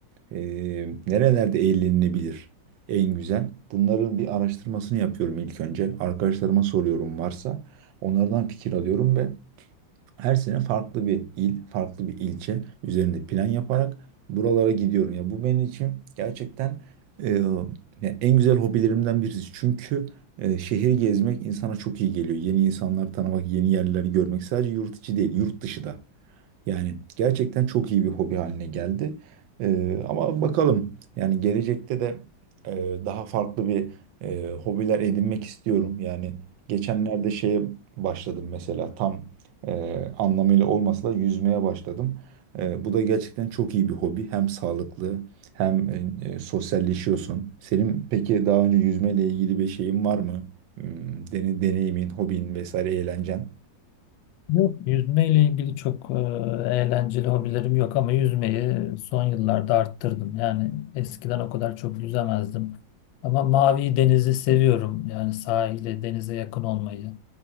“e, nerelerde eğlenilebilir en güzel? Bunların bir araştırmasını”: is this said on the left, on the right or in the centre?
Right